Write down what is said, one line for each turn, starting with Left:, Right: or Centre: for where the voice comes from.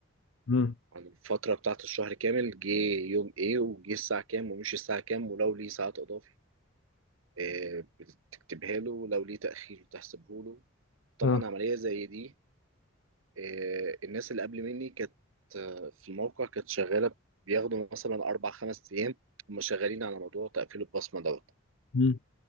Left: امم
Right: عن الفترة بتاعت الشهر كامل جه يوم ايه وجه الساعة كام ومشي الساعة كام ولو ليه ساعات إضافي آه، بتكتبها له ولو ليه تأخير بتحسبه له طبعا
Left: اه
Right: عملية زي دي آه، الناس اللي قبل مني كانت آه، في الموقع كانت شغاله بياخدوا مثلا اربع خمس ايام هم شغالين على موضوع تقفيل البصمه دوت
Left: امم